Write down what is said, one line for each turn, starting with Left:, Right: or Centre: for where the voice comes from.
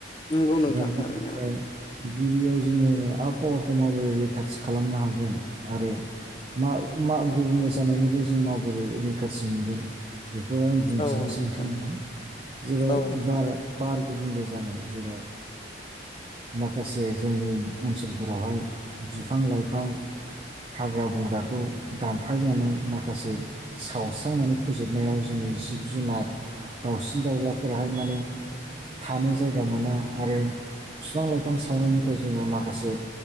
Left: नंगौ नोंथां
Right: दा
Left: थारैनो
Right: बिनिफ्राय गिबियाव जोङो आबहावाखौ माबोरै रैखाथि खालामनो हागोन आरो मा मा गुबुंले जानायनिफ्राय जों माबोरै रैखाथि मोनगोन बेखौहाय आं बुंथिनोसै
Left: औ नंगौ
Right: नोंथांमोनहा
Left: नोंथां
Right: जेराव
Left: औ नोंथां
Right: बार बार गुबुंले जानाय जेराव माखासे जोंनि ओनसोलफोरावहाय बिफां लाइफां हाग्रा बंग्राखौ दानफाय जानाय माखासे सावस्रांनानै फोजोबनायाव जोंनि जिब जुनार दाउसिन दाउलाफोराहाय माने थानो जायगा मोना आरो बिफां लाइफां सावनायनिफ्राय जोङा माखासे